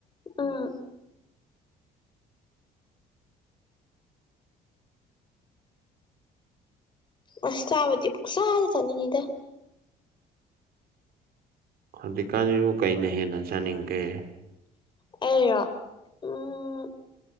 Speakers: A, on the left; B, on the right.
A: ꯎꯝ <inaudible> ꯑꯁ ꯆꯕꯗꯤ ꯄꯨꯁꯥꯗꯦ ꯆꯅꯤꯉꯗ
B: ꯍꯧꯖꯤꯛꯀꯥꯟꯁꯤꯕꯨ ꯀꯩꯅ ꯍꯦꯟꯅ ꯆꯥꯅꯤꯡꯒꯦ
A: ꯑ ꯎꯝ